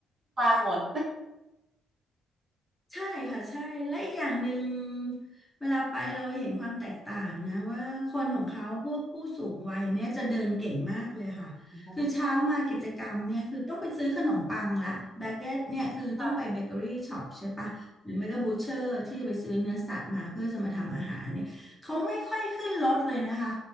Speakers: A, on the right; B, in the centre.
A: ทานหมด
B: ใช่ค่ะใช่และอีกอย่างหนึ่งเวลาไปเราเห็นความแตกต่างนะว่าคนของเขาพวกผู้สูงวัยเนี่ยจะเดินเก่งมากเลยค่ะคือเช้ามากิจกรรมเนี่ยคือต้องไปซื้อขนมปังละแบเกตเนี่ยคือต้องไปเบเกอรี่ช็อปใช่ปะหรือไม่ก็บูเชอร์ที่จะไปซื้อเนื้อสัตว์มาเพื่อจะมาทำอาหารเนี่ยเขาไม่ค่อยขึ้นรถเลยนะคะ
A: <laughs> ค่ะค่ะ